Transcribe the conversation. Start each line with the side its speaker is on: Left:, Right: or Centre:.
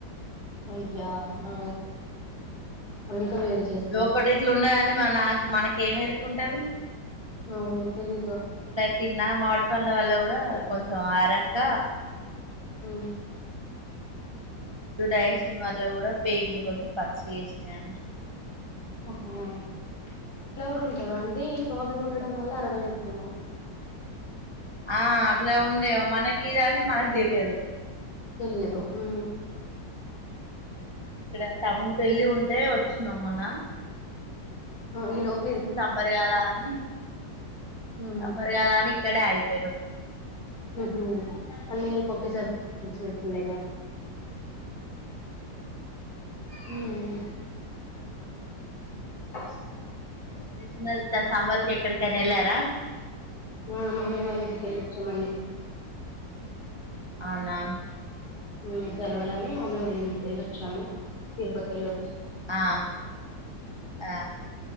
Left: అయ్యా ఆ అవింకా
Right: ఆ
Left: వేడి చేస్తాయి
Right: లోపట <unintelligible> నాకు మనకి ఏమి ఎరుకుంటది
Left: అవును తెలీదుగా
Right: తిన్నా మాడి పండ్ల వల్ల కూడా కొంచెం అరక్క
Left: హ్
Right: ఫుడ్డు డైజెషన్ వల్ల కూడా పేగులు కొంచెం పచ్చి చేసినయి ఆన్
Left: ఆహా అట్లా కూడా ఉంటందా అంటే ఈ ప్రాబ్లం ఉండడం వల్ల అరగలేదేమో
Right: ఆ అట్లా ఉందేమో మనకి ఇదని మనకు తెలియదు
Left: తెలియదు ఉ
Right: హ్ పిలగాడు పాపం పెళ్ళి ఉంటే వోచ్చినన్నాము మొన్న
Left: ఇ లోప్
Right: సమ్మర్ కాదా అని
Left: మ్మ్
Right: సమ్మర్ కాదా అని ఇ క్కడే అయిపోయినాం
Left: హ్ హ్ అన్ని కలిపి ఒకేసారి <unintelligible> వచ్చినట్టు ఉన్నాయిగా హ్ అ
Right: ఏం చేస్తున్నారు ఈ సారి సమ్మర్ కి ఎక్కడికైనా వెళ్ళారా
Left: ఆ మామయ్య వాళ్ళింటికి వెళ్ళోచామండి
Right: అవునా
Left: హు సెలవులని మామయ్య వాళ్లింటికి ఎల్లోచ్చాము తిరుపతి ఎల్లో
Right: ఆ ఆ